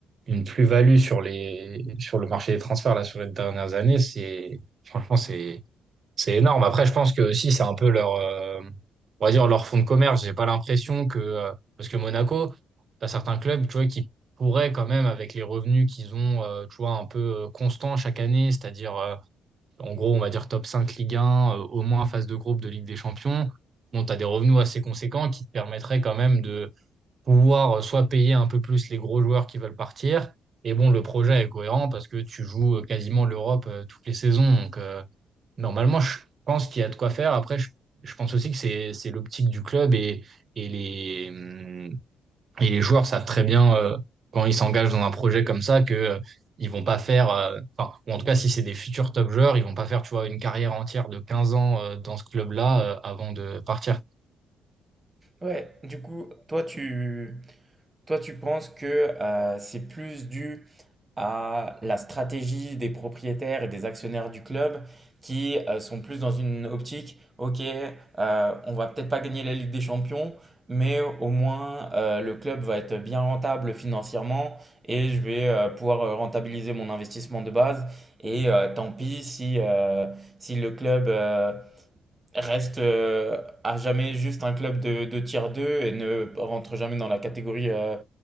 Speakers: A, on the right (about 45°); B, on the right (about 20°).
A: une plus-value sur les, sur le marché des transferts là sur les dernières années. C'est, franchement, c'est, c'est énorme. Après, je pense que aussi, c'est un peu leur, euh, on va dire leur fonds de commerce. J'ai pas l'impression que, euh, parce que Monaco, t'as certains clubs, tu vois, qui pourraient quand même avec les revenus qu'ils ont, euh, tu vois, un peu euh, constants chaque année, c'est-à-dire euh, en gros, on va dire top 5 Ligue un, euh, au moins phase de groupe de Ligue des Champions. Bon, tu as des revenus assez conséquents qui te permettraient quand même de pouvoir euh, soit payer un peu plus les gros joueurs qui veulent partir. Et bon, le projet est cohérent parce que tu joues euh, quasiment l'Europe euh, toutes les saisons. Donc, euh, normalement, je pense qu'il y a de quoi faire. Après, je, je pense aussi que c'est, c'est l'optique du club et, et les, hum, et les joueurs savent très bien euh, quand ils s'engagent dans un projet comme ça que euh, ils vont pas faire, euh, enfin, ou en tout cas si c'est des futurs top joueurs, ils vont pas faire, tu vois, une carrière entière de 15 ans euh, dans ce club-là euh, avant de partir.
B: Ouais, du coup, toi tu toi tu penses que euh, c'est plus dû à la stratégie des propriétaires et des actionnaires du club qui euh, sont plus dans une optique, ok, euh, on va peut-être pas gagner la Ligue des Champions, mais au moins euh, le club va être bien rentable financièrement et je vais euh, pouvoir euh, rentabiliser mon investissement de base. Et euh, tant pis si, euh, si le club euh, reste euh, à jamais juste un club de, de tier 2 et ne rentre jamais dans la catégorie euh,